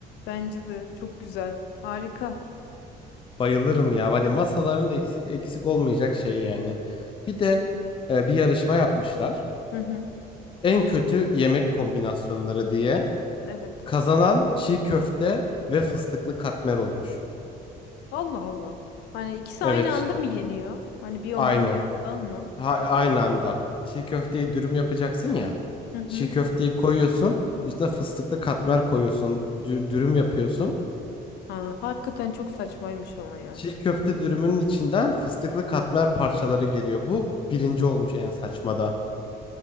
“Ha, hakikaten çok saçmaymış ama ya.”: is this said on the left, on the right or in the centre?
Left